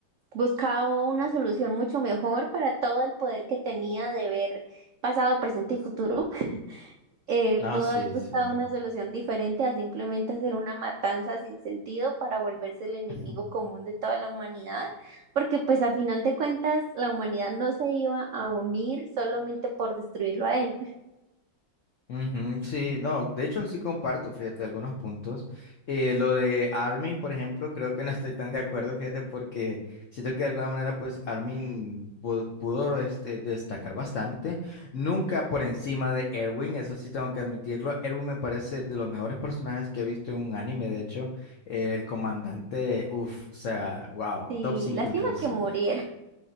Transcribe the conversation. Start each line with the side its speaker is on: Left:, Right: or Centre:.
Right: buscado una solución mucho mejor para todo el poder que tenía de ver pasado, presente y futuro. <laughs> Eh,
Left: Ah,
Right: pudo
Left: sí,
Right: haber buscado
Left: sí.
Right: una solución diferente a simplemente hacer una matanza sin sentido para volverse el enemigo
Left: <laughs>
Right: común de toda la humanidad, porque pues a final de cuentas la humanidad no se iba a unir solamente por destruirlo a él.
Left: Ujú, sí, no, de hecho sí comparto, fíjate, algunos puntos. Eh, lo de Armin, por ejemplo, creo que no estoy tan de acuerdo, fíjate, porque siento que de alguna manera, pues Armin pu- pudo, este, destacar bastante, nunca por encima de Erwin, eso sí tengo que admitirlo. Erwin me parece de los mejores personajes que he visto en un anime, de hecho, el comandante, uff, o sea, wow,
Right: Sí,
Left: top 5
Right: lástima
Left: incluso.
Right: que muriera.